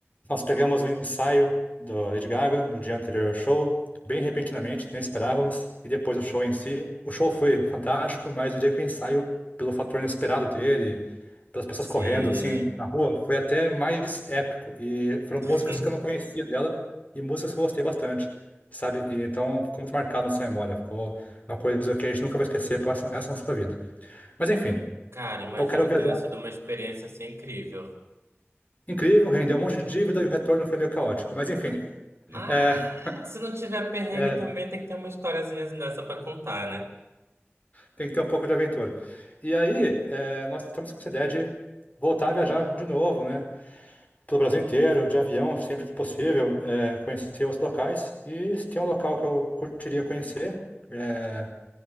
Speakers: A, on the left; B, on the right.
A: nós pegamos o ensaio do Lady Gaga no dia anterior ao show, bem repentinamente, nem esperávamos, e depois o show em si. O show foi fantástico, mas o dia que o ensaio, pelo fator inesperado dele, pelas pessoas
B: Sim.
A: correndo assim na rua, foi até mais épico. E foram
B: <laughs>
A: músicas que eu não conhecia dela e músicas que eu gostei bastante, sabe? E então ficou muito marcado na sua memória, ficou uma coisa que a gente nunca vai esquecer por essa essa nossa vida. Mas enfim,
B: Cara, imagino
A: eu quero viajar.
B: que tenha sido uma experiência assim incrível.
A: Incrível, rendeu um monte de dívida e o retorno foi meio caótico. Mas enfim,
B: Mas
A: <laughs> é,
B: se não tiver perrengue,
A: é,
B: também tem que ter uma historiazinha dessa pra contar, né?
A: tem que ter um pouco de aventura. E aí, é, nós estamos com essa ideia de voltar a viajar de novo, né? Pelo Brasil inteiro, de avião, sempre que possível, é, conhecer os locais. E se tem um local que eu curtiria conhecer, é,